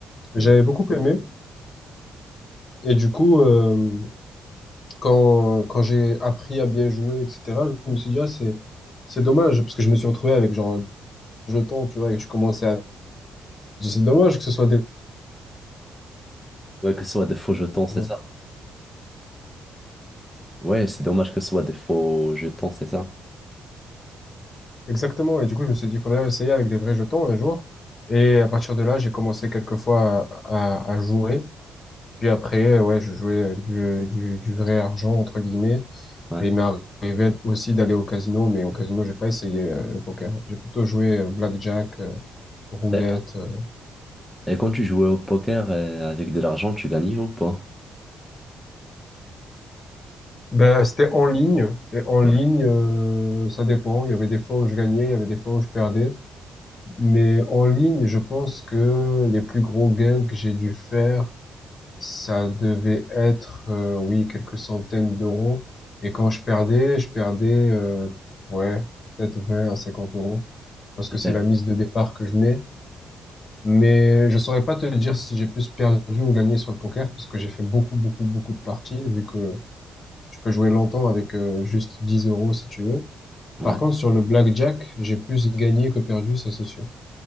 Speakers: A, in the centre; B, on the left (about 40°).
A: Mhm.
B: J'avais beaucoup aimé et du coup, euh, quand, quand j'ai appris à bien jouer, etc., je me suis dit, ah, c'est, c'est dommage parce que je me suis retrouvé avec genre jetons, tu vois, et je commençais à Je dis, c'est dommage que ce soit des
A: Ouais, que ce soit des faux jetons,
B: jetons.
A: c'est ça. Ouais, c'est dommage que ce soit des faux jetons, c'est ça.
B: exactement. Et du coup, je me suis dit, il faudrait essayer avec des vrais jetons un jour. Et à partir de là, j'ai commencé quelquefois à, à, à jouer. Puis après, ouais, je jouais avec du, du, du vrai argent, entre guillemets.
A: Ouais.
B: Et il m'est arrivé aussi d'aller au casino, mais au casino, j'ai pas essayé euh, le poker. J'ai plutôt joué euh, blackjack, euh, roulette.
A: D'accord.
B: euh.
A: Et quand tu jouais au poker euh, avec de l'argent, tu gagnais ou pas?
B: Ben, c'était en ligne. Et en ligne,
A: Ouais,
B: euh, ça dépend. Il y avait des fois où je gagnais, il y avait des fois où je perdais. Mais en ligne, je pense que les plus gros gains que j'ai dû faire, ça devait être, euh, oui, quelques centaines d'euros. Et quand je perdais, je perdais, euh, ouais, peut-être 20 à 50 euros, parce que c'est
A: d'accord.
B: la mise de départ que je mets. Mais je saurais pas te dire si j'ai plus perdu ou gagné sur le poker, parce que j'ai fait beaucoup, beaucoup, beaucoup de parties, vu que je peux jouer longtemps avec euh, juste 10 euros si tu veux.
A: Ouais.
B: Par contre, sur le blackjack, j'ai plus gagné que perdu, ça c'est sûr.